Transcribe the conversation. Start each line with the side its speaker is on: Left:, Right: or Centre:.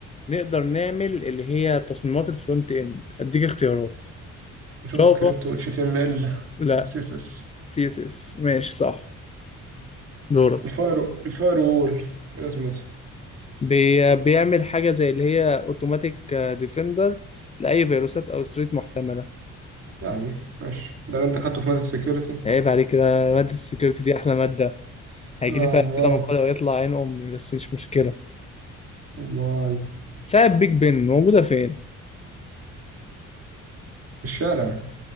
Left: نقدر نعمل اللي هي تصميمات الفرونت اند هديك اختيارات
Right: نشوف
Left: جافا
Right: سكريبت و HTML
Left: لا
Right: و CSS
Left: سي اس اس ماشي صح دورك
Right: الفاير الفاير وول ايه لازمته؟
Left: بي بيعمل حاجه زي اللي هي اوتوماتيك ديفندر لاي فيروسات او ستريت محتمله
Right: يعني ماشي ده اللي انت خدته في مادة السكيورتي؟
Left: عيب عليك كده مادة السكيورتي دي أحلى مادة هيجيلي
Right: آه،
Left: فيها
Right: أمال
Left: أسئلة مقالة ويطلع عين أمي بس مش مشكلة
Right: أمال
Left: ساعة بيج بن موجودة فين؟
Right: في الشارع